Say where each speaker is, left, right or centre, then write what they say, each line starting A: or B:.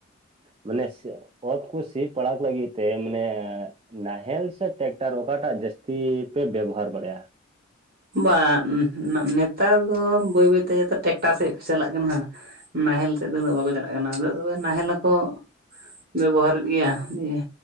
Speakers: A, on the right; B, on the right.
A: ᱢᱟᱱᱮ ᱚᱛ ᱠᱚ ᱥᱤ ᱯᱟᱲᱟᱜ ᱞᱟᱹᱜᱤᱫ ᱛᱮ ᱢᱟᱱᱮ ᱱᱟᱦᱮᱞ ᱥᱮ ᱴᱮᱠᱴᱟᱨ? ᱚᱠᱟᱴᱟᱜ ᱡᱟᱹᱥᱛᱤ ᱯᱮ ᱵᱮᱵᱚᱦᱟᱨ ᱵᱟᱲᱟᱭᱟ᱾
B: ᱵᱟ ᱱᱮᱛᱟᱨ ᱫᱚ ᱵᱟᱹᱭ ᱵᱟᱹᱭᱛᱮ ᱴᱨᱟᱠᱴᱟᱨ ᱥᱮᱫ ᱠᱚ ᱪᱟᱞᱟᱜ ᱠᱟᱱᱟ᱾ ᱱᱟᱦᱮᱞ ᱥᱮᱫ ᱫᱚ ᱩᱱᱟᱹᱜ ᱵᱟᱠᱚ ᱪᱟᱞᱟᱜ ᱠᱟᱱᱟ ᱛᱚᱵᱮ ᱱᱟᱦᱮᱞ ᱟᱠᱚ ᱵᱮᱵᱚᱦᱟᱨᱮᱫ ᱜᱮᱭᱟ᱾ ᱱᱤᱭᱟᱹ